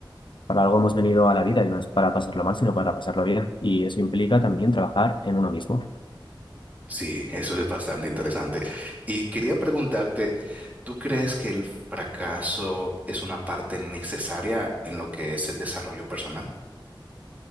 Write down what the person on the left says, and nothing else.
Para algo hemos venido a la vida y no es para pasarlo mal, sino para pasarlo bien. Y eso implica también trabajar en uno mismo.